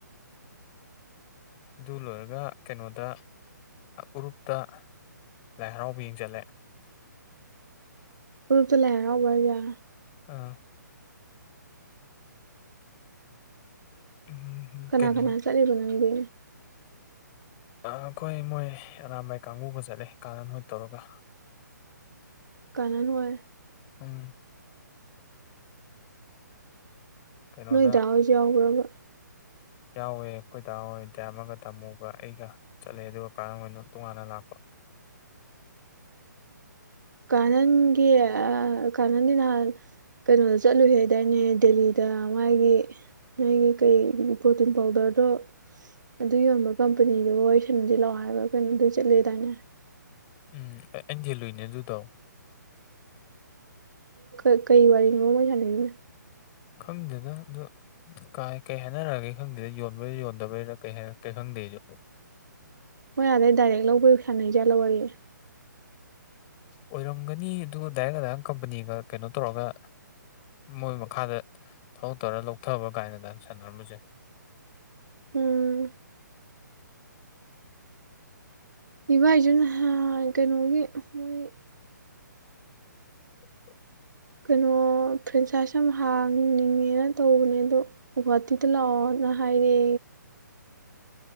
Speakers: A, on the left; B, on the right.
A: ꯑꯗꯨ ꯂꯣꯏꯔꯒ ꯀꯩꯅꯣꯗ ꯎꯔꯨꯞꯇ ꯂꯥꯏꯍꯧ ꯌꯦꯡꯕꯆꯠꯂꯦ
B: <unintelligible>
A: ꯑꯥ ꯎꯝ
B: ꯀꯅꯥ
A: ꯀꯩꯅꯣ
B: ꯀꯅꯥ ꯆꯠꯂꯤꯕ ꯅꯪꯗꯤ
A: ꯑꯩꯈꯣꯏ ꯃꯣꯏ ꯑꯔꯥꯥꯟꯕꯥꯏ ꯀꯥꯡꯕꯨꯒ ꯆꯠꯂꯦ ꯀꯔꯟ ꯍꯣꯏ ꯇꯧꯔꯒ
B: ꯀꯅꯥꯟ ꯍꯣꯏ
A: ꯎꯝ ꯀꯩꯅꯣꯗ
B: ꯅꯣꯏ ꯗꯥ ꯍꯣꯏꯁꯨ ꯌꯧꯕ꯭ꯔꯕ
A: ꯌꯥꯎꯋꯦ ꯑꯩꯈꯣꯏ ꯗꯍꯣꯏ ꯇꯌꯥꯝ ꯑꯃꯒ ꯇꯥꯝꯃꯨꯒ ꯑꯩꯒ ꯆꯠꯂꯦ ꯑꯗꯨꯒ ꯀꯥꯟꯅꯅ ꯇꯣꯉꯥꯟꯅ ꯂꯥꯛꯄ
B: ꯀꯅꯟꯒꯤ ꯑ ꯀꯅꯟꯒꯤ ꯅꯍꯥꯟ ꯀꯩꯅꯣꯗ ꯆꯠꯂꯨꯏ ꯍꯥꯏꯗꯥꯏꯅꯦ ꯗꯦꯜꯂꯤꯗ ꯃꯥꯒꯤ ꯅꯪꯒꯤ ꯀꯩ ꯄ꯭ꯔꯣꯇꯤꯟ ꯄꯥꯎꯗꯔꯗꯣ ꯑꯗꯨ ꯌꯣꯟꯕ ꯀꯝꯄꯅꯤꯗꯨ ꯋꯥꯔꯤꯁꯅꯁꯦ ꯂꯥꯛꯑꯣ ꯍꯥꯏꯕ ꯑꯗꯨꯅꯨꯃꯤꯠꯇꯤ ꯆꯠꯂꯦꯍꯥꯏꯗꯥꯏꯅꯦ
A: ꯎꯝ ꯑꯩꯅ ꯍꯦꯜꯂꯨꯏꯅꯦ ꯑꯗꯨꯗꯣ
B: ꯑ ꯀꯩ ꯋꯥꯔꯤꯅ ꯃꯣꯏꯖꯅꯅꯤꯅ
A: ꯈꯪꯗꯦꯅ ꯑꯣ ꯀꯥꯏ ꯀꯩ ꯍꯥꯏꯅꯔꯛꯒꯦ ꯈꯪꯗꯦꯗ ꯌꯣꯟꯕꯩꯔꯥ ꯌꯣꯟꯗꯕꯩꯔꯥ ꯀꯩ ꯍꯥꯏꯅꯔꯦ ꯈꯪꯗꯦꯁꯨ
B: ꯃꯣꯏ ꯑꯗꯩ ꯗꯥꯏꯔꯦꯛ ꯂꯧꯕꯤ ꯁꯥꯟꯅꯩꯖꯠ ꯂꯧꯔꯒꯦ
A: ꯑꯣꯏꯔꯝꯒꯅꯤ ꯑꯗꯨꯒ ꯗꯥꯏꯔꯦꯛ ꯑꯗꯨꯗꯥꯏꯔ ꯀꯝꯄꯅꯤꯒ ꯀꯩꯅꯣ ꯇꯧꯔꯒ ꯃꯣꯏ ꯃꯈꯥꯗ ꯊꯕ ꯇꯧꯔ ꯂꯧꯊꯕ ꯀꯥꯏꯅꯗꯪ ꯁꯥꯟꯅꯔꯝꯝꯕꯁꯦ <inaudible>
B: ꯎꯝ ꯏꯚꯏꯁꯤꯅ ꯀꯩꯅꯣꯒꯤ ꯃꯣꯏ
A: <inaudible>
B: ꯀꯩꯅꯣ ꯐ꯭ꯔꯦꯟꯁꯥꯏꯖ ꯑꯃ ꯍꯥꯡꯅꯤꯡꯉꯦꯅ ꯇꯧꯕꯅꯦ ꯑꯗꯣ ꯒꯨꯍꯥꯇꯤꯗ ꯂꯥꯛꯑꯣꯅ ꯍꯥꯏꯔꯦ